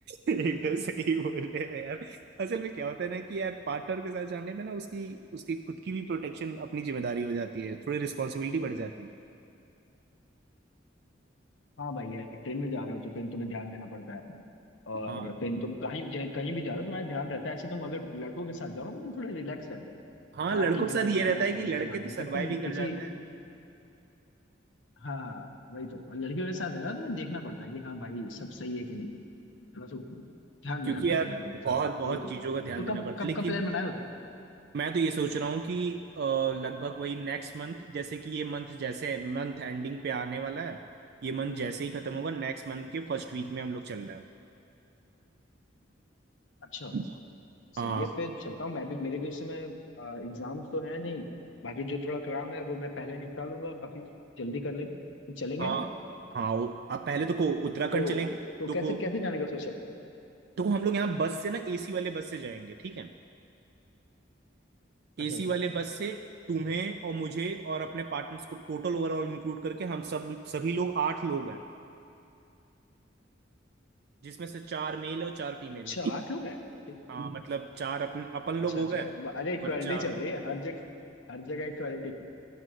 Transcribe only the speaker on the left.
हाँ भाई है ट्रेन में जा रहे हो तो फिर तुम्हें ध्यान देना पड़ता है और
फिर तुम कहीं जा- कहीं भी जा रहे हो तुम्हारा ध्यान रहता है ऐसे तुम अगर लड़कों के साथ जाओ ना तो फिर थोड़े रिलैक्स रहते हो
हाँ
ठीक
है
फिर
अपना
लौंडे
संभालेंगे
तब तुम
किसी
हाँ वही तो और लड़कियों के साथ है ना तो मैं देखना पड़ता है कि हाँ भाई सब सही है कि नहीं थोड़ा सा ध्यान
देना पड़ता
है लड़कियों
के साथ
यही तो
है
तो
कब
कब
का प्लान बनाए हो तुम
अच्छा
सही
है फिर चलता हूँ मैं भी मेरे भी इस समय एग्जाम्स तो है नहीं बाकी जो थोड़ा काम है वो मैं पहले निपटा लूंगा काफी जल्दी कर लेंगे तो चलेंगे
हम
तो
तो
कैसे
कैसे जाने का सोचा है?
अच्छा
अच्छा
अच्छा
आठ लोग हैं ठीक
अच्छा
अच्छा
ब- अरे इक्वालिटी
चल रही है हर जगह हर जगह इक्वालिटी <laughs>